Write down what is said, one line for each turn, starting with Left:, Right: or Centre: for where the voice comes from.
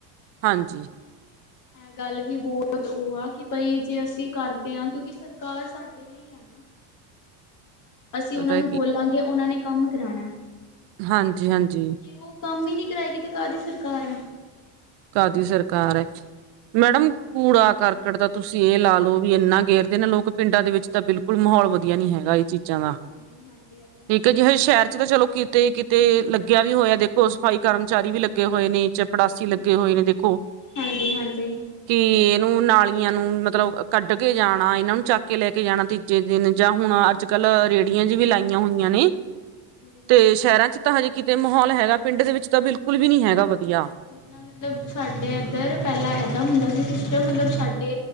Right: ਹਾਂਜੀ
Left: ਐ ਗੱਲ ਵੀ ਬਹੁਤ ਉਹ ਆ ਕਿ ਬਈ ਜੇ ਅਸੀਂ ਕਰਦੇ ਹਾਂ ਕਿਉਂਕਿ ਸਰਕਾਰ ਸਾਡੇ ਇਸ ਲਈ ਆ ਨਾ ਅਸੀਂ
Right: ਪਤਾ
Left: ਉਹਨਾਂ ਨੂੰ
Right: ਕੀ
Left: ਬੋਲਾਂਗੇ ਉਹਨਾਂ ਨੇ ਕੰਮ ਕਰਾਉਣਾ
Right: ਹਾਂਜੀ-ਹਾਂਜੀ
Left: ਜੇ ਉਹ ਕੰਮ ਹੀ ਨੀ ਕਰਾਏਗੀ ਤੇ ਕਾਹਦੀ ਸਰਕਾਰ ਹੈ
Right: ਕਾਹਦੀ ਸਰਕਾਰ ਹੈ, ਮੈਡਮ ਕੂੜਾ
Left: ਹਾਂਜੀ
Right: ਕਰ ਕੜ ਤਾਂ ਤੁਸੀਂ ਇਹ ਲਾ ਲਓ ਵੀ ਇੰਨਾ ਗੇਰਦੇ ਨੇ ਲੋਕ ਪਿੰਡਾਂ ਦੇ ਵਿੱਚ ਤਾਂ ਬਿਲਕੁਲ ਮਾਹੋਲ ਵਧੀਆ ਨੀ ਹੈਗਾ ਜੀ ਚਂਗਾ
Left: ਹਾਂਜੀ ਹਾਂਜੀ ਇਹ ਤਾਂ ਹੈ
Right: ਇਕ ਜਿਹੇ ਸ਼ਹਿਰ 'ਚ ਤਾਂ ਚਲੋ ਕਿ ਤੇ ਕਿਤੇ ਲੱਗਿਆ ਵੀ ਹੋਇਆ ਦੇਖੋ ਸਫਾਈ ਕਰਮਚਾਰੀ ਵੀ ਲੱਗੇ ਹੋਏ ਨੇ ਚਪੜਾਸ
Left: ਹੀ ਹਾਂਜੀ
Right: ਲਗੇ ਹੋਏ ਨੇ ਦੇਖੋ
Left: ਹਾਂਜੀ ਹਾਂਜੀ ਹਾਂਜੀ
Right: ਕਿ ਇਹਨੂੰ ਨਾਲੀਆਂ ਨੂੰ ਮਤਲਬ ਕੱਟ ਕੇ ਜਾਣਾ, ਇਹਨਾਂ ਨੂੰ ਚੱਕ ਕੇ ਲੈ ਕੇ ਜਾਣਾ ਤੇ ਜੇ ਦਿਨ ਜਾਂ ਹੁਣ ਅੱਜ
Left: ਹਾਂਜੀ
Right: ਕੱਲ ਰੇਹੜੀਆਂ ਜੀ ਵੀ ਲਾਈਆਂ ਹੋਈਆਂ ਨੇ
Left: ਹਾਂਜੀ
Right: ਤੇ ਸ਼ਹਿਰਾਂ 'ਚ ਤੇ ਹਜੇ ਕਿਤੇ ਮਾਹੌਲ ਹੈਗਾ ਪਿੰਡ ਦੇ ਵਿੱਚ ਤਾਂ ਬਿਲਕੁਲ ਵੀ ਨੀ ਹੈਗਾ ਵਧੀਆ
Left: ਪ੍ਰੀਤਾਮੰਦ ਮਤਲਬ ਸਾਡੇ ਏਧਰ ਪਹਿਲਾਂ ਏਦਾਂ ਹੁੰਦਾ ਸੀ ਸਿਸਟਮ ਮਤਲਬ ਸਾਡੇ